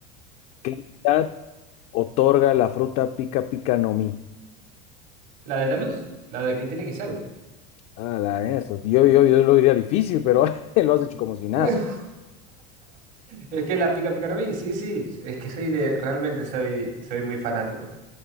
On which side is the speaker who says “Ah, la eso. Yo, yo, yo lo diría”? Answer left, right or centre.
Left